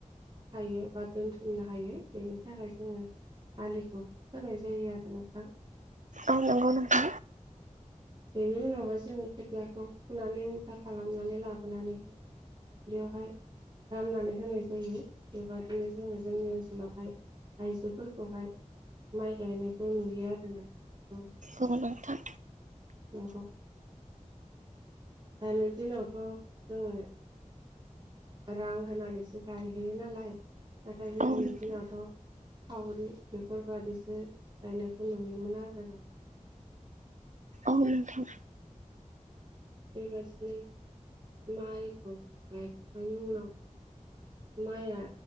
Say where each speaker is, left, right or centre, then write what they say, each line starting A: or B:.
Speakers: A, on the right; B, on the right.
A: थायो बा दोनथुमनो हायो बेनि थाखाय जोङो आलिखौ खोनाय जायो आरो नोंथां
B: औ नोंगौ नोंथां
A: बेनि उनावहाय जोङो खोथियाखौ फुनानै मुथा खालामनानै लाबोनानैहाय दुब्लियावहाय राननानै होनाय जायो बेबायादिनो जोङो जोंनि ओनसोलावहाय आइजोफोरखौहाय माइ गायनायखौ नुयो आरो नोंथां <inaudible>
B: औ नोंथां
A: नंगौ दानि दिनावथ' जोङो रां होनानैसो गायहैयो नालाय नाथाय गोदोनि
B: औ नोंथां
A: दिनावथ' सावरि बेफोरबादि सो गायनायखौ नुयोमोन आरो नोंथां
B: औ नोंथां
A: बेबादिनो माइखौ गायखांनायनि उनावहाय माइआ